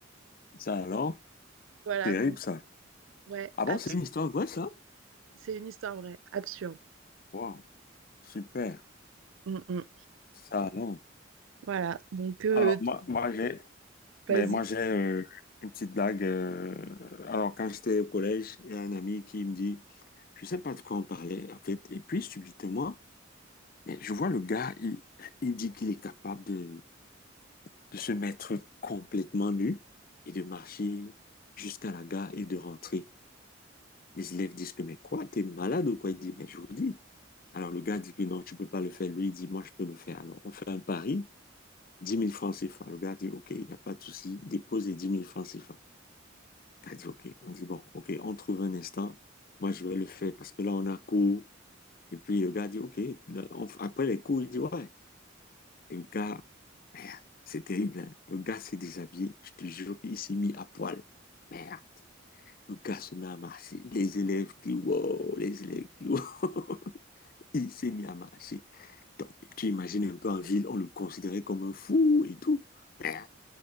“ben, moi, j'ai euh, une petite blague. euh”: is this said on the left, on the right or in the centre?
Left